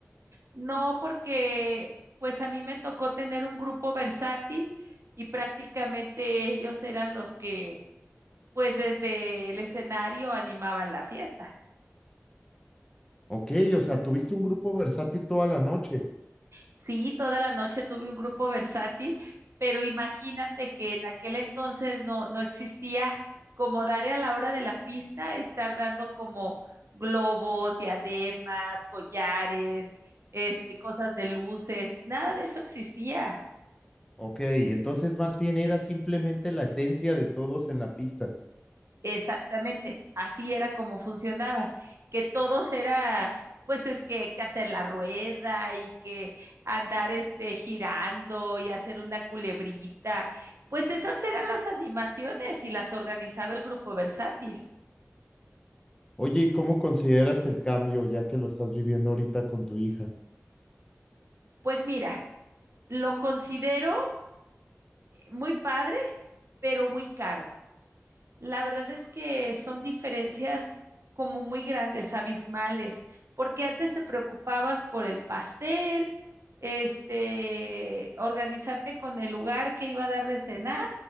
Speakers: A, on the right; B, on the left.
A: No, porque pues a mí me tocó tener un grupo versátil y prácticamente ellos eran los que pues desde el escenario animaban la fiesta.
B: Ok, o sea, tuviste un grupo versátil toda la noche.
A: Sí, toda la noche tuve un grupo versátil, pero imagínate que en aquel entonces no, no existía como dar a la hora de la pista, estar dando como globos, diademas, collares, este, cosas de luces, nada de eso existía.
B: Ok, entonces más bien era simplemente la esencia de todos en la pista.
A: Exactamente, así era como funcionaba, que todos era, pues es que, que hacer la rueda y que andar este girando y hacer una culebrita, pues esas eran las animaciones y las organizaba el grupo versátil.
B: Oye, ¿y cómo consideras el cambio ya que lo estás viviendo ahorita con tu hija?
A: Pues mira, lo considero muy padre, pero muy caro. La verdad es que son diferencias como muy grandes, abismales, porque antes te preocupabas por el pastel, este, organizarte con el lugar que iba a dar de cenar.